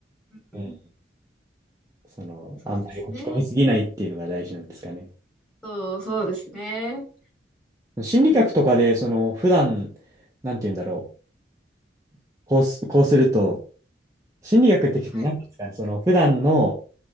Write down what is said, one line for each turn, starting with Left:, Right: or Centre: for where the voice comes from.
Centre: うん、
Right: うんその、
Centre: そうですね。
Right: あんまり落ち込みすぎないっていうのが大事なんですかね。
Centre: そう、そうですね。
Right: 心理学とかで、
Centre: うん、
Right: その、普段、なんて言うんだろう、こうす、こうすると、心理学って、
Centre: はい。
Right: なんていうんですかね、その、普段の、